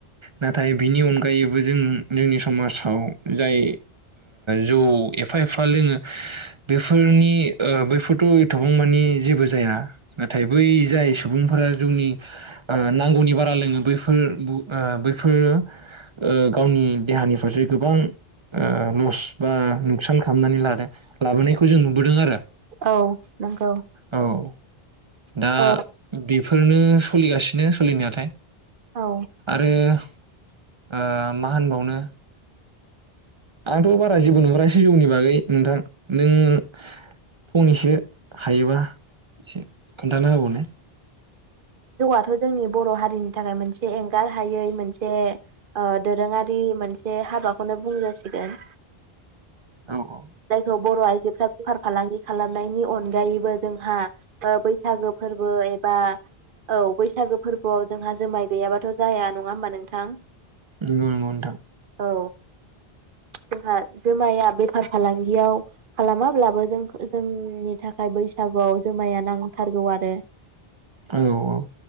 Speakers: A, on the right; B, on the right.
A: नाथाय बिनि अनगायैबो जों जोंनि समाजाव जाय जौ एफा एफा लोङो बेफोरनि बैफोरथ' एथबांमानि जेबो जाया। नाथाय बै जाय सुबुंफोरा जोंनि नांगौनि बारा लोङो बैफोर बैफोरो गावनि देहानि फारसे गोबां लस बा नुखसान खालामनानै लादों लाबोनायखौ जों नुबोदों आरो
B: औ नंगौ।
A: औ दा
B: औ
A: बेफोरनो सोलिगासिनो सोलिनायथाय
B: औ
A: आरो ओ मा होनबावनो आंथ' बारा जेबो नुहरासै जौनि बागै नोंथां नों फंनैसो हायोबा एसे खोन्थाना हाबावनाय।
B: जौआथ' जोंनि बर' हारिनि थाखाय मोनसे एंगार हायै मोनसे दोरोङारि मोनसे हाबाखौनो बुंजासिगोन।
A: औ औ
B: जायखौ बर' आइजोफ्रा बेफार फालांगि खालामनायनि अनगायैबो जोंहा ओ बैसागो फोरबो एबा औ बैसागो फोरबोआव जोंहा जुमाय गैयाबाथ' जाया नङा होमबा नोंथां?
A: नंगौ नंगौ नोंथां।
B: औ जोंहा जोमाया बेफार फालांगियाव खालामाब्लाबो जों जोंनि थाखाय बैसागुआव जुमाया नांथारगौ आरो
A: औ औ।